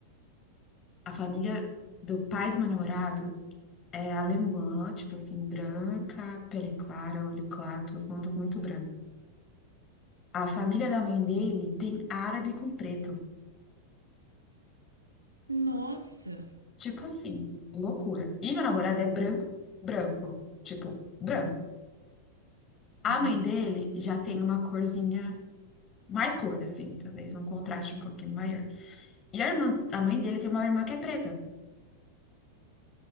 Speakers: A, on the left; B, on the right.
A: a família do pai do meu namorado. É alemã, tipo assim, branca, pele clara, olho claro, todo mundo muito branco. A família da mãe dele tem árabe com preto.
B: <laughs> Nossa!
A: Tipo assim, loucura. E meu namorado é branco, branco. Tipo, branco. A
B: Uhum.
A: mãe dele já tem uma corzinha, mais cor, assim, talvez um contraste um pouquinho maior. E a irmã, a mãe dele tem uma irmã que é preta.